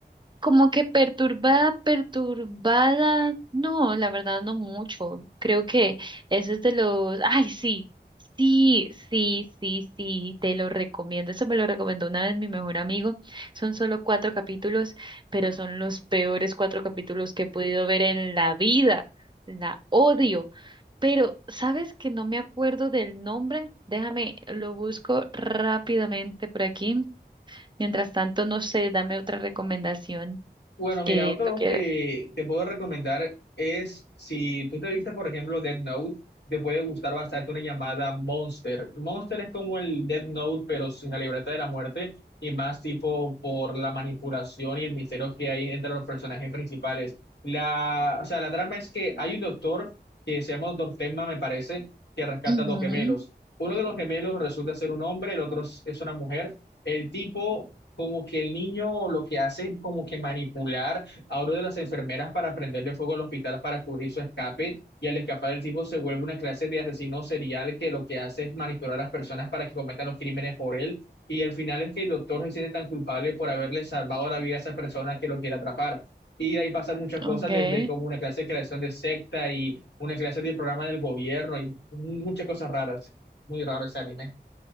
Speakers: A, on the right; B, on the left.
A: Como que perturbada, perturbada, no, la verdad no mucho. Creo que eso es de los, ay, sí, sí, sí, sí, sí, te lo recomiendo. Eso me lo recomendó una vez mi mejor amigo. Son solo cuatro capítulos, pero son los peores cuatro capítulos que he podido ver en la vida. La odio. Pero, ¿sabes que no me acuerdo del nombre? Déjame, lo busco rápidamente por aquí. Mientras tanto, no sé, dame otra recomendación
B: Bueno, mira,
A: que
B: otro
A: tú quieras.
B: que te puedo recomendar es si tú te viste, por ejemplo, Death Note, te puede gustar bastante una llamada Monster. Monster es como el Death Note, pero sin la libreta de la muerte y más tipo por la manipulación y el misterio que hay entre los personajes principales. La, o sea, la trama es que hay un doctor que se llama Doctor Tenma, me parece, que rescata
A: Ujú,
B: dos gemelos. Uno de los gemelos resulta ser un hombre, el otro es es una mujer. El tipo como que el niño lo que hace es como que manipular a uno de las enfermeras para prenderle fuego al hospital para cubrir su escape y al escapar el tipo se vuelve una clase de asesino serial que lo que hace es manipular a las personas para que cometan los crímenes por él y al final es que el doctor se siente tan culpable por haberle salvado la vida a esa persona que lo quiere atrapar. Y ahí pasan muchas
A: Okay.
B: cosas, desde como una clase de creación de secta y una clase de programa del gobierno y muchas cosas raras. Muy raro ese anime.